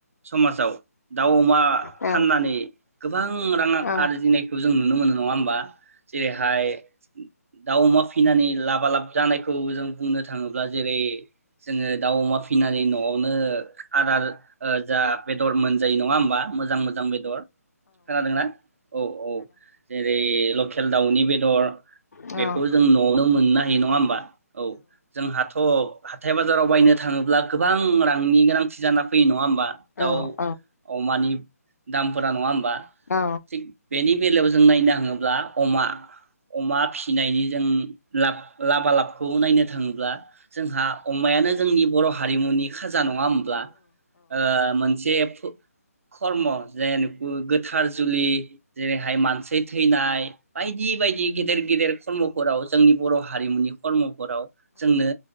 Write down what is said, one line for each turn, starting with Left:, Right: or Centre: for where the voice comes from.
Right: समाजाव दाउ अमा
Left: औ
Right: फाननानै गोबां रां
Left: औ
Right: आरजिनायखौ जों नुनो मोनो नङा होमबा जेरैहाय दाउ अमा फिनानै लाबा लाब जानायखौ जों बुंनो थाङोब्ला जेरै जोङो दाउ अमा फिनानै न आवनो आदार ओ जा बेदर मोनजायो नङा होमबा मोजां मोजां बेदर खोनादोंना औ औ जेरै लकेल दाउनि बेदर
Left: औ
Right: बेखौ
Left: औ
Right: जों नआवनो मोननाय जायो नंङा होमबा औ जों हाथ अ हाथाय बाजाराव बायनो थांङोब्ला गो बां रांनि गोनांथि जाना फैयो नंङा होमबा दाउ
Left: औ औ
Right: अमानि दामफोरा नंङा होम बा
Left: औ
Right: थिग बेनि बेलायाव जों नायनो थांङोब्ला अमा अमा फिसिनायनि जों लाब लाबा लाबखौ नायनो थांङोब्ला जोंहा अमायानो जोंनि बर हारिमुनि खाजा नंङा नंङा होमब्ला ओ मोनसे खर्म जे गोथार जुलि जेरैहाय मानसि थैनाय बायदि बायदि गेदेर गेदेर <unintelligible> जोंनि बर हारिमुनि खर्मफोराव जोंनो